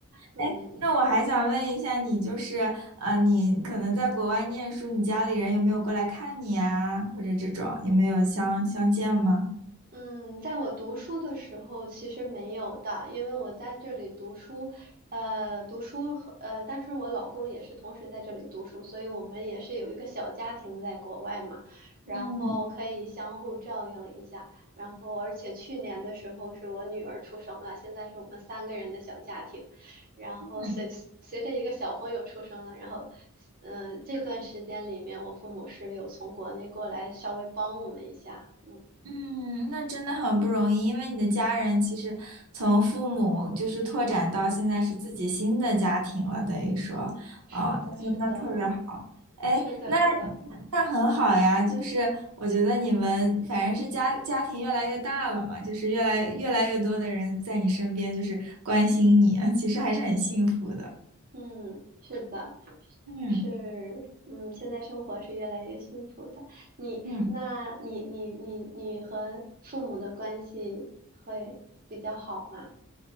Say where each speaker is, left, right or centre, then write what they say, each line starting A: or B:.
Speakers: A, on the right; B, on the right.
A: 嗯，
B: 哎，那我还想问一下你，就是呃，你可能在国外念书，你家里人有没有过来看你啊，或者这种，你们有相相见吗？
A: 嗯，在我读书的时候其实没有的，因为我在这里读书，呃，读书和呃，但是我老公也是同时在这里读书，所以我们也是有一个小家庭在国外嘛，然后可以相互照应一下，
B: 嗯
A: 然后而且去年的时候是我女儿出生了，现在是我们三个人的小家庭，然后随随着一个小朋友出生了，
B: 嗯，
A: 然后，嗯、这段时间里面，我父母是有从国内过来稍微帮我们一下，嗯。
B: 嗯，那真的很不容易，因为你的家人其实从父母就是拓展到现在是自己新的家庭了，等于说，
A: 是的，
B: 啊、真的特别好。
A: 是的，
B: 哎，
A: 是的，
B: 那
A: 是的，
B: 那很好呀，就是我觉得你们反正是家家庭越来越大了嘛，就是越来越来越多的人在你身边，就是关心你，其实还是很幸福的。
A: 嗯，是的，
B: 嗯
A: 是，嗯，现在生活是越来越幸福的。你，
B: 嗯。
A: 那你，你，你，你和父母的关系会比较好吗？